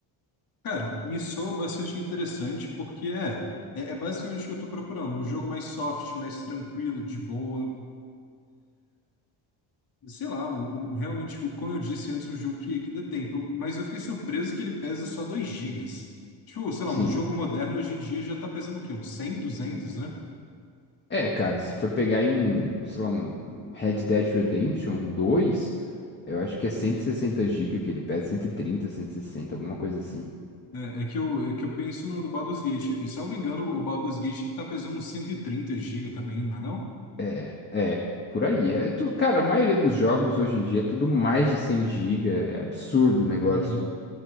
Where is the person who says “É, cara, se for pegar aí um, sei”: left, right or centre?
Left